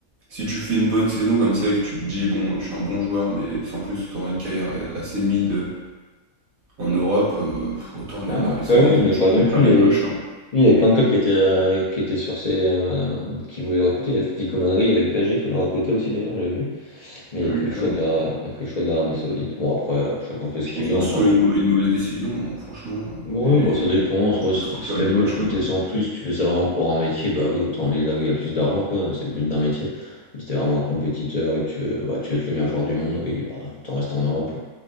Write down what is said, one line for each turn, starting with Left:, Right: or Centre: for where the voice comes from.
Right: si tu fais une bonne saison comme ça et que tu te dis: «Bon, je suis un bon joueur, mais sans plus, tu auras une carrière assez mid, en Europe, heu, autant aller
Left: Ah,
Right: en Arabie
Left: après,
Right: Saoudite
Left: oui, mais
Right: où tu
Left: par
Right: te
Left: exemple,
Right: mets plein
Left: lui,
Right: les
Left: il y
Right: poches»,
Left: avait, lui,
Right: hein.
Left: il y avait plein de clubs qui étaient, euh, qui étaient sur ses. euh, qui voulaient le recruter, il y avait le Atlético Madrid, il y avait le PSG qui voulait le recruter aussi, d'ailleurs, j'ai vu. Mais
Right: Ouais,
Left: il a pris le
Right: quand
Left: choix
Right: même.
Left: de la, il a pris le choix de l'Arabie Saoudite. Bon, après, euh, chacun fait ce
Right: Je
Left: qu'il
Right: pense
Left: veut
Right: pas
Left: en
Right: que ce
Left: tant
Right: soit
Left: que.
Right: une mau une mauvaise décision, moi, franchement,
Left: Bon,
Right: heu, vu
Left: oui, bah, ça
Right: les
Left: dépend.
Right: comment
Left: Soit
Right: tu peux
Left: si
Right: te
Left: t'-
Right: remplir
Left: si t'aimes
Right: les poches
Left: le foot
Right: là-bas.
Left: et sans plus, tu fais ça vraiment que pour un métier, bah oui, autant aller là où il y a le plus d'argent, quoi. C'est le but d'un métier. Mais si t'es vraiment un compétiteur et que tu veux, bah, tu veux être le meilleur joueur du monde, oui, bah, autant rester en Europe.